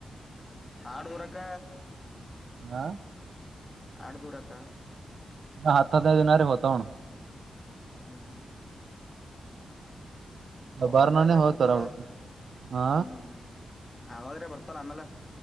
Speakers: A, on the left; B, on the right.
A: ಹಾಡು ದರಕ್ಕ
B: ಹಾ
A: ಆಡ್್ದೂರಕ್ಕ
B: ಹತ್ತದಿನಾರ ಹೊತ ಹು
A: ಹ್ಮ್ ಹ್ಮ್ ಹ
B: ಬಾರ್ನನೇ
A: ಆಮೇಲ್ರ
B: ಹೋಗ್ತಾರ
A: ಬರ್ತಾರ
B: ಅವು ಹಾ
A: ಹ್ಮ್ ಹ್ಮ್ ಆದ್ರೆ ಬರ್ತಾರ ಆಮೇಲೆ